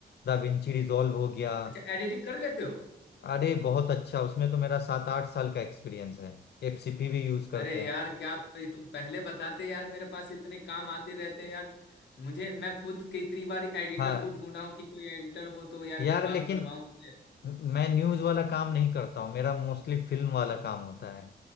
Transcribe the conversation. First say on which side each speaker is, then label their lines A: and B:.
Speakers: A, on the left; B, on the left.
A: Da Vinci रिजॉल्व हो गया
B: अच्छा एडिटिंग कर लेते हो
A: अरे बहुत अच्छा उसमें तो मेरा सात आठ साल का एक्सपीरियंस है एफसीपी भी यूज करते
B: अरे यार
A: हैं
B: क्या पे- तुम पहले बताते यार मेरे पास इतने काम आते रहते हैं यार मुझे मैं खुद कितनी बार एडिटर
A: हाँ
B: को ढूंढा हूं कि कोई एडिटर हो तो यार
A: यार
B: मैं काम
A: लेकिन
B: करवाऊं उससे
A: मैं न्यूज वाला काम नहीं करता हूँ मेरा मोस्टली फिल्म वाला काम होता है